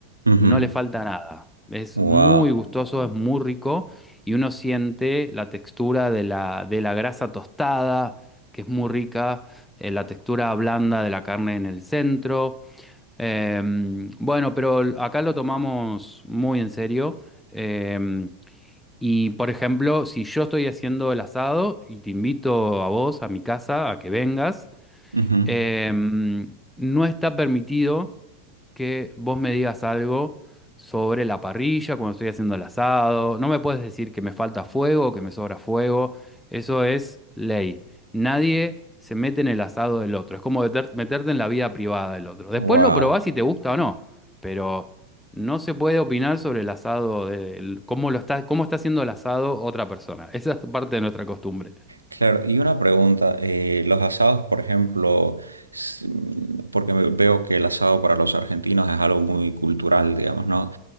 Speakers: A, on the right; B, in the centre.
A: Ujú.
B: no le falta nada. Es
A: Wow.
B: muy gustoso, es muy rico y uno siente la textura de la, de la grasa tostada, que es muy rica, eh, la textura blanda de la carne en el centro. Em, bueno, pero acá lo tomamos muy en serio. Em, y por ejemplo, si yo estoy haciendo el asado y te invito a vos a mi casa a que vengas,
A: Ujú.
B: eh, no está permitido que vos me digas algo sobre la parrilla, cuando estoy haciendo el asado. No me puedes decir que me falta fuego o que me sobra fuego. Eso es ley. Nadie se mete en el asado del otro. Es como meter- meterte en la vida privada del otro. Después
A: Wow.
B: lo probás si te gusta o no, pero no se puede opinar sobre el asado del, cómo lo está, cómo está haciendo el asado otra persona. Esa es parte de nuestra costumbre.
A: Claro, y una pregunta, eh, los asados, por ejemplo, s- mm, porque me- veo que el asado para los argentinos es algo muy cultural, digamos, ¿no?